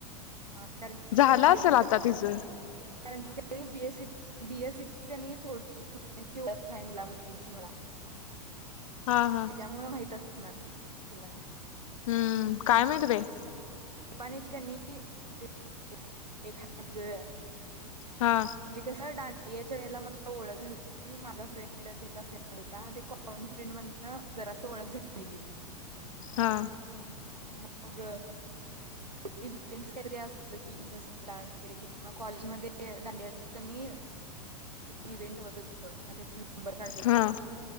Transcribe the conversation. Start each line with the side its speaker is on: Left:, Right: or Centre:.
Right: अं, कारण की
Left: झाला
Right: बीएससीची
Left: असेल आता तिच.
Right: कारण की का बीएस सी- बीएसईीची कणी थोडी थोड्यांची ओळख आहे मुला मुलींची मला.
Left: हा हा
Right: त्याच्यामुळे माहित असणार ती तिला म.
Left: हम्म काय माहिती बाई?
Right: पनी चिकननीी ते एक हात ग-
Left: हा
Right: जी का सर डान याच्या वेळेला मला ओळख झाली क माझा फ्रेंड तिचा फ्रेंड होता ते कॉमन फ्रेंड मधन- जरा असं ओळख झालेली.
Left: हा.
Right: मग. इव्हेंट्सैरे अस की जस डान्स वगैरे किं कॉलेजमध्ये दांडिया- इव्हेंट <inaudible> नंबर काढत होत
Left: हा